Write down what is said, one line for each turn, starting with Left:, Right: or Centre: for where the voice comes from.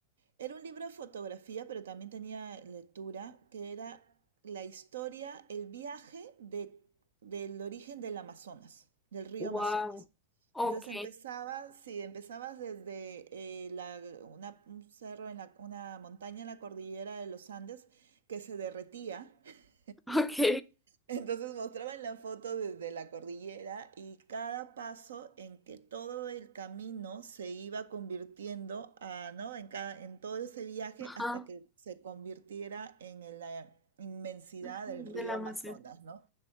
Right: era un libro de fotografía, pero también tenía lectura, que era la historia, el viaje de, del origen del Amazonas, del río
Centre: Wow.
Right: Amazonas.
Centre: Ok,
Right: Entonces empezabas, sí, empezabas desde eh, la- una, un cerro en la, una montaña en la cordillera de los Andes que se derretía. <laughs>
Centre: <laughs> ok.
Right: Entonces mostraban la foto desde la cordillera y cada paso en que todo el camino se iba convirtiendo a, ¿no? En cada, en todo ese viaje
Centre: Ajá.
Right: hasta que se convirtiera en la inmensidad
Centre: De
Right: del río
Centre: la Amazon.
Right: Amazonas, ¿no?